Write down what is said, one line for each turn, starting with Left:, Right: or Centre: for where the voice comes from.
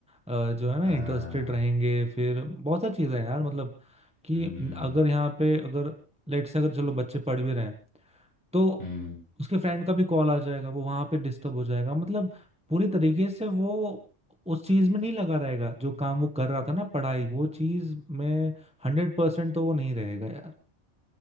Centre: अ, जो है
Left: 아,
Centre: ना इंटरेस्टेड रहेंगे फिर बहुत सारी चीजें हैं यार मतलब कि
Left: 음,
Centre: अगर यहाँ पे अगर लेट से अगर चलो बच्चे पढ़ भी रहे हैं तो
Left: 음.
Centre: उसके फ्रेंड का भी कॉल आ जाएगा वो वहां पे डिस्टर्ब हो जाएगा मतलब पूरी तरीके से वो उस चीज में नहीं लगा रहेगा जो काम वो कर रहा था ना पढ़ाई वो चीज में हंड्रेड परसेंट तो वो नहीं रहेगा यार